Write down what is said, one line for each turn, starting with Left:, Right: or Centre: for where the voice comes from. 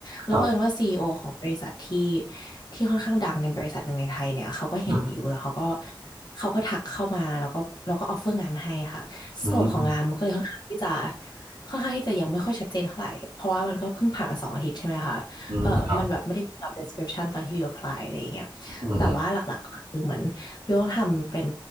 Left: แล้วบังเอิญว่าซีอีโอของบริษัทที่
Right: ครับ
Left: ที่ค่อนข้างดังในบริษัทหนึ่งในไทยเนี่ยเขาก็เห็นบิวแล้วเขาก็
Right: อืม
Left: เขาก็ทักเข้ามาแล้วก็แล้วก็ออฟเฟอร์งานให้ค่ะสโคปของงานมันก็เลยค่อนข้างที่จะ
Right: อืม
Left: ค่อนข้างที่จะยังไม่ค่อยชัดเจนเท่าไหร่เพราะว่ามันก็เพิ่งผ่านมาสองอาทิตย์ใช่ไหมคะเออมันแบบไม่ได้มี
Right: อืมครับ
Left: job description ตอนที่บิว apply อะไรอย่างเงี้ย
Right: อืมอ
Left: แต่ว่าหลักๆก็คือเหมือนบิวต้องทำเป็น